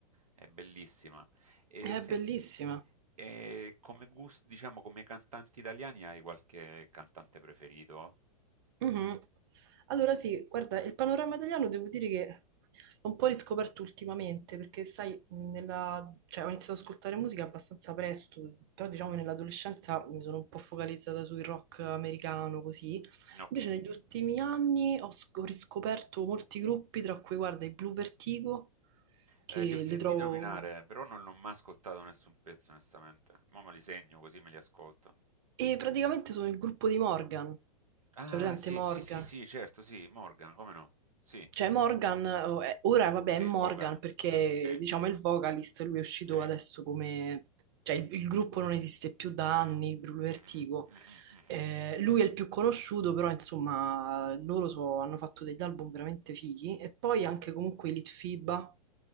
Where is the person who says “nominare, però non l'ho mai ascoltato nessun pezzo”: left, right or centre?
Right